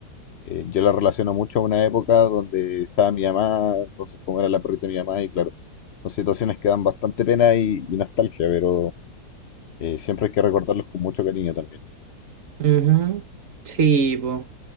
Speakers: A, on the left; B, on the right.
A: Eh, yo la relaciono mucho a una época donde estaba mi mamá, entonces como era la perrita de mi mamá, y claro, son situaciones que dan bastante pena y, y nostalgia, pero eh, siempre hay que recordarlos con mucho cariño también,
B: Ujú. Sí, po.